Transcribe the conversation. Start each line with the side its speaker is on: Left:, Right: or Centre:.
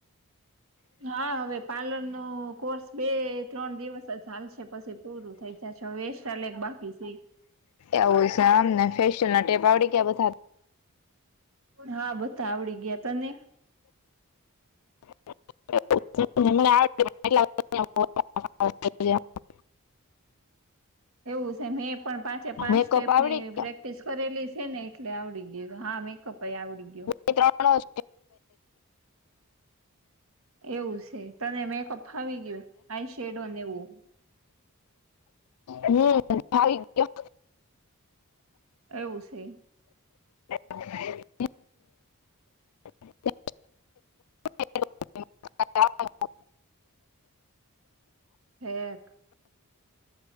Right: હા હવે પાર્લર નું કોર્સ બે ત્રણ દિવસ ચાલશે પછી પૂરું થઈ જ છા વેસ્ટાલે એક બાકી સ
Left: એવું છેમ ને ફેશિયલ ના ટેપ આવડી કે બધા
Right: હા બધા આવડી ગયા તને
Left: <unintelligible>
Right: એવું છે મેં પણ પાંચે પાંચ
Left: મેકઅપ
Right: સ્ટેપની
Left: આવડી
Right: પ્રક.
Left: ગયો
Right: પલીસ કરેલી છે ને એટલે આવડી ગયું હા મેકઅપ આવડી ગયું.
Left: એ ત્રણ.
Right: એવું છે તને મેકઅપ ફાવી ગયું આ શેડોને એવું.
Left: હમ ભાવ.
Right: એવું છે.
Left: હ. <inaudible> <inaudible>
Right: એક.